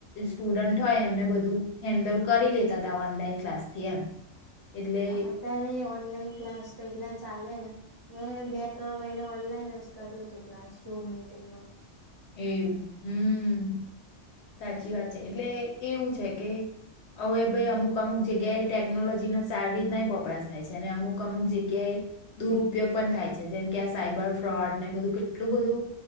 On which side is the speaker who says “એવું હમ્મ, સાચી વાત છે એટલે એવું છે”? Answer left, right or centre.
Left